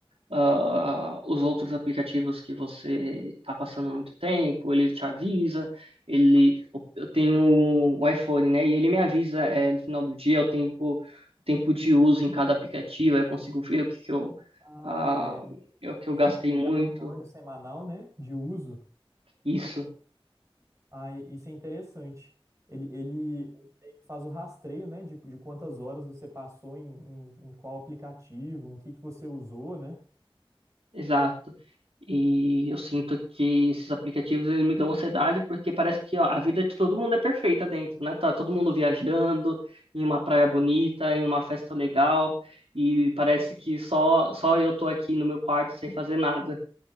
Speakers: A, on the right; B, on the right.
A: ah, os outros aplicativos que você está passando muito tempo, ele te avisa, ele eu tenho o iPhone, né? E ele me avisa é, no final do dia o tempo, o tempo de uso em cada aplicativo, aí eu consigo ver o que que eu,
B: Ah,
A: ah,
B: é.
A: o que eu
B: Ele
A: gastei
B: tem um
A: muito,
B: relatório semanal, né, de uso.
A: isso.
B: Ah, e- isso é interessante. Ele, ele ele faz o rastreio, né, de, de quantas horas você passou em, em, em qual aplicativo, em que que você usou, né?
A: Exato. E eu sinto que esses aplicativos eles me dão ansiedade porque parece que ó, a vida de todo mundo é perfeita dentro, né? Tá todo mundo viajando em uma praia bonita, em uma festa legal, e parece que só só eu tô aqui no meu quarto sem fazer nada.